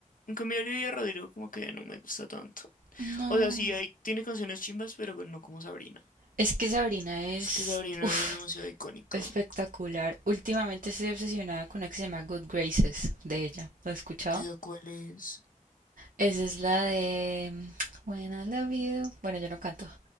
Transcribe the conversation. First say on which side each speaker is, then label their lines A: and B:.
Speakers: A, on the left (about 85°); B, on the right (about 85°).
A: En cambio, Olivia Rodrigo como que no me gusta tanto.
B: No,
A: O sea, sí, hay, tiene canciones chimbas, pero no como Sabrina.
B: es que Sabrina es,
A: Es que Sabrina
B: uf,
A: es demasiado icónica.
B: espectacular. Últimamente estoy obsesionada con una que se llama Good Graces de ella. ¿Lo has escuchado?
A: ¿Esa cuál es?
B: Esa es la de mm, When I Love You. Bueno, yo no canto,